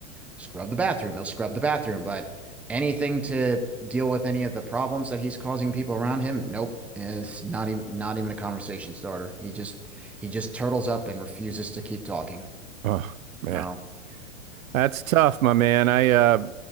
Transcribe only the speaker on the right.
Oh man.
That's tough, my man. I uh